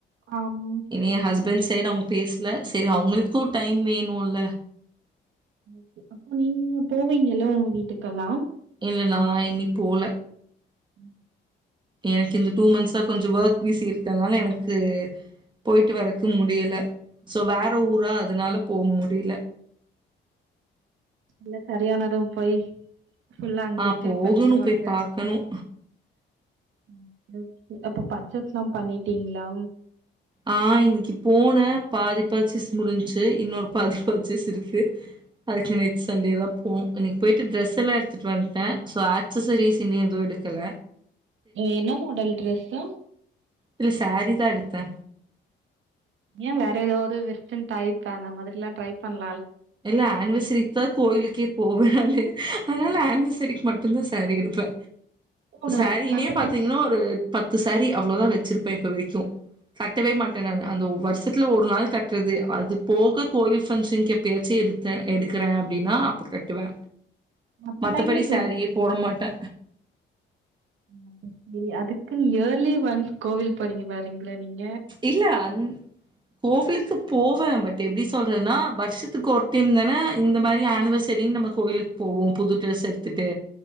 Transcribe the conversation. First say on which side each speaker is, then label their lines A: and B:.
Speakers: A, on the right (about 75°); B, on the right (about 25°).
A: ஆம்
B: இனி <unintelligible> பேசல சரி அவங்களுக்கோ டைம் வேணுல்ல
A: ஓகே அப்போ நீங்கலு போவீங்கலோ வீட்டுக்கெல்லாம்
B: இல்ல நா இனி போல
A: உம்
B: எனக்கு இந்த டூ மந்ஸ் தா கொஞ்ச வொர்க் விசி இருக்கதுனால எனக்கு போயி்ட்டு வரக்க முடியல சோ வேற ஊரா அதனால போ முடில
A: இல்ல சரியான ரூம் போய் ஃபுல்லா அங்கயே
B: ஆ
A: ஸ்டே
B: போகணும்
A: பண்ணிட்டு வாங்க
B: போய் பார்க்கணும்.
A: <unintelligible> அப்ப பச்சஸ் லா பண்ணிடீங்ளா
B: ஆஹ் இன்னிக்கு போன பாதி பர்சஸ் முடிஞ்சு இன்னொரு பாதி பர்சஸ் இருக்கு அதுக்கு நெக்ஸ்ட் சண்டேதா ப் உம் இன்னைக்கு போய்ட்டு டிரஸ் எல்லாம் எடுத்துட்டு வன்ட்டே சோ ஆக்சஸரீஸ் இன்னு எதுவு எடுக் க்கல
A: என்ன மாடல் ட்ரெஸ்ஸு
B: இல்ல சாரிதா எடுத்தே
A: ஏன் வேற ஏதாவது வெஸ்டர்ன் டைப் அந்த மாதிரி எல்லாம் ட்ரை பண்லா
B: இல்ல ஆனிவர்சரிக்குதா கோயிலுக்கே போவே நானு அதனால ஆனிவர்சரிக்கு மட்டுந்தா சாரி எடுப்பே
A: ஓ நா
B: சாரின்னே
A: மத்த
B: பாத்தீங்கன்னா
A: டைம்
B: ஒரு பத்து சாரி அவ்ளோதா வச்சிருப்பே இப்ப வரைக்கு கட்டவே மாட்டே நானு அந்த வருஷத்துல ஒரு நாள் கட்றது அது போக கோயில் பங்க்ஷன்க்கு எப் ப்பயாச்சு எடுத்த எடுக்கறே அப்டின்னா அப்ப கட்டுவே
A: மத்த
B: மத்தபடி
A: டைம்ல சு
B: சாரீயே போட மாட்டே
A: ம்ஹும் சரி அதுக்குன்னு இயர்லி ஒன்ஸ் கோவில் போறீங்க வரீங்ளே நீங்
B: இல்ல அந் கோவிலுக்கு போவே பட் எப்டி சொல்றதுன்னா வருஷத்துக்கு ஒரு டைம்தான இந்த மாரி ஆனிவர்சரின்னு நம்ம கோயிலுக்கு போவோ புது ட்ரெஸ் எடுத்துட்டு